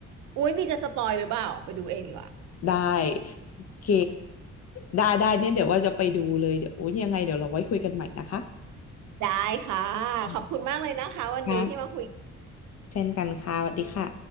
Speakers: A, on the right (about 80°); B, on the left (about 55°).
A: อุ๊ยมีจะสปอยหรือเปล่าไปดูเองดีกว่า
B: ได้โอเคได้ได้เนี่ยเดี๋ยวว่าจะไปดูเลยเดี๋ยวโอ้ยยังไงเดี๋ยวเราไว้คุยกันใหม่นะคะ
A: ได้ค่ะขอบคุณมากเลยนะคะวันนี้ที่มาคุย
B: อืมค่ะเช่นกันค่ะสวัสดีค่ะ